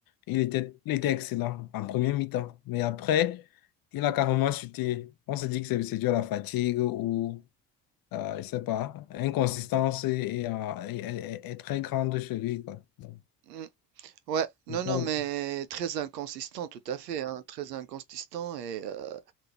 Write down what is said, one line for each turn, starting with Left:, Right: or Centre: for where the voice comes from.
Left: Il était, il était excellent en première mi-temps. Mais après, il a carrément chuté. On se dit que c'est c'est dû à la fatigue ou, euh, je sais pas, inconsistance est, est, euh, est- est- est très grande chez lui, quoi. Donc,
Right: Mm. Ouais, non,
Left: c'est
Right: non,
Left: ça le-
Right: mais très inconsistant, tout à fait, hein, très inconsistant et euh,